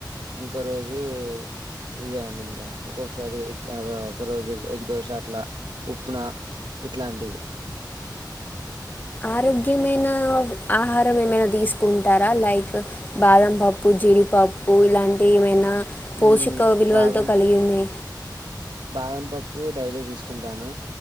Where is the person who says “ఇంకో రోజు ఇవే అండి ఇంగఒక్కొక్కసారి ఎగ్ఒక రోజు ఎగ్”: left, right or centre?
Right